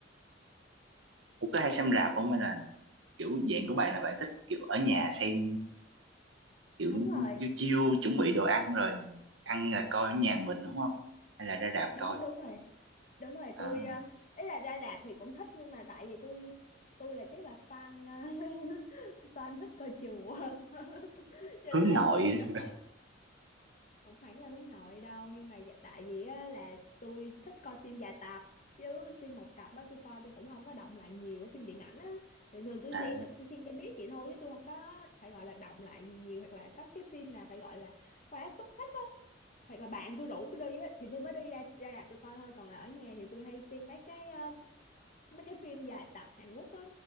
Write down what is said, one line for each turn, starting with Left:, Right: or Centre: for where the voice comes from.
Right: Ủa, có hay xem rạp không hay là kiểu dạng của bạn là bạn thích kiểu ở nhà xem kiểu
Left: Đúng rồi,
Right: chiêu chiêu chuẩn bị đồ ăn rồi ăn là coi ở nhà mình đúng không? Hay là ra rạp
Left: đúng
Right: coi?
Left: đúng rồi, đúng rồi.
Right: À,
Left: Tôi ờ, ý là ra rạp thì cũng thích nhưng mà tại vì tôi tôi là chắc là fan ờ, <laughs> fan thích coi chùa <laughs> cho
Right: hướng
Left: nên là
Right: nội.
Left: tôi thích
Right: <laughs>
Left: ở không hẳn là hướng nội đâu nhưng mà dạ, tại vì á, là tôi thích coi phim dài tập chứ phim một tập á tôi coi tôi cũng không có động lại nhiều cái phim điện ảnh á thì thường tôi
Right: À,
Left: xem là tôi xem cho biết vậy thôi chứ tôi không có phải gọi là động lại gì nhiều hoặc là có cái phim nào phải gọi là quá xuất sắc á hoặc là bạn tôi rủ tôi đi á thì tôi mới đi ra ra rạp tôi coi thôi còn là ở nhà thì tôi hay xem mấy cái mấy cái phim dài tập Hàn Quốc á